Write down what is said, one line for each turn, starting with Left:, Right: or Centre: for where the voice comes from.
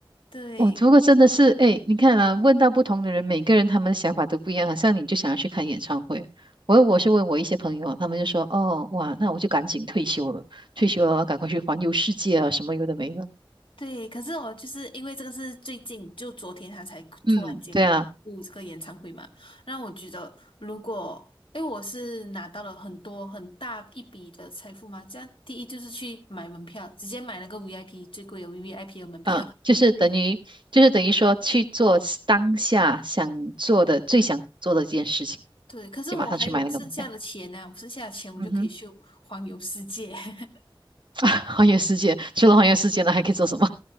Left: 对。
Right: 我如果真的是哎，你看啊，问到不同的人，每个人他们的想法都不一样，好像你就想要去看演唱会。我我是问我一些朋友啊，他们就说，哦，哇，那我就赶紧退休了，退休了，赶快去环游世界啊，什么有的没的。
Left: 对，可是我就是因为这个是最近，就昨天他才突然间录这个演唱会嘛，
Right: 嗯，对啊。
Left: 让我觉得如果，因为我是拿到了很多很大一笔的财富嘛，这样第一就是去买门票，直接买了个 VIP 最贵的 VIP 的门票，
Right: 嗯，就是等于，
Left: 对，
Right: 就是等于说去做当下想做的、最想做的一件事情，
Left: 对，可是我还有剩下的钱呢、
Right: 就马上去买那个门票。
Left: 我剩下的钱我就可以去环游世界，
Right: 嗯哼，
Left: <laughs>
Right: <laughs> 啊，环游世界，除了环游世界呢，还可以做什么？